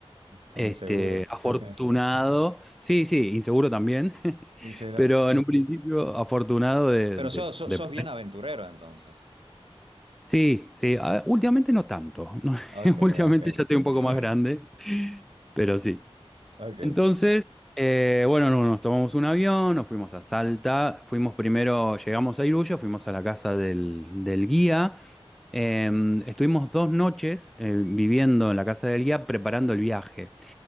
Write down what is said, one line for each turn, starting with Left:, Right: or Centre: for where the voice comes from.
Right: Como
Centre: este,
Right: inseguro.
Centre: afortunado.
Right: <laughs>
Centre: Sí, sí, inseguro también, <laughs>
Right: Y sí, no-
Centre: pero en un principio afortunado de...
Right: Pero
Centre: de-
Right: sos, sos,
Centre: de-
Right: sos
Centre: poder.
Right: bien aventurero entonces.
Centre: Sí, sí, A- últimamente no tanto. <laughs>
Right: Ok,
Centre: Últimamente
Right: ok.
Centre: ya estoy un
Right: <laughs>
Centre: poco más grande, pero sí.
Right: Ok.
Centre: Entonces, eh, bueno, no- nos tomamos un avión, nos fuimos a Salta, fuimos primero, llegamos a Iruyo, fuimos a la casa del, del guía, eh, estuvimos dos noches eh, viviendo en la casa del guía preparando el viaje.